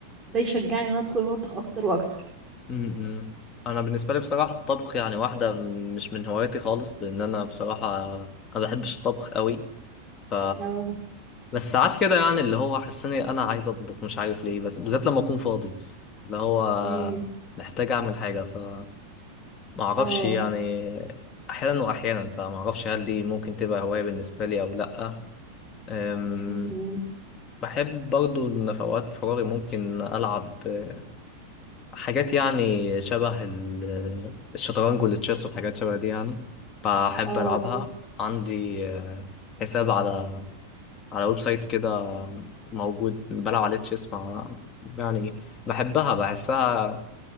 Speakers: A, on the right; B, on the left.
A: ده يشجعني ان انا ادخل المطبخ اكتر واكتر
B: امم انا بالنسبة لي بصراحة الطبخ يعني واحدة مش من هواياتي خالص لان انا بصراحة ما بحبش الطبخ قوي ف
A: اه
B: بس ساعات كده يعني اللي هو حسني انا عايز اطبخ مش عارف ليه بس بالذات لما اكون فاضي اللي هو
A: امم
B: محتاج اعمل حاجة ما اعرفش
A: اه
B: يعني احيانا واحيانا فما اعرفش هل دي ممكن تبقى هواية بالنسبة لي او لا أم،
A: امم
B: بحب برضو ان في اوقات فراغي ممكن العب أه، حاجات يعني شبه ال- آه، الشطرنج والتشيس والحاجات شبه دي يعني بحب
A: اه
B: العبها
A: اه
B: عندي أه، حساب على على ويب سايت كده موجود بلعب عليه تشيس مع يعني بحبها بحسها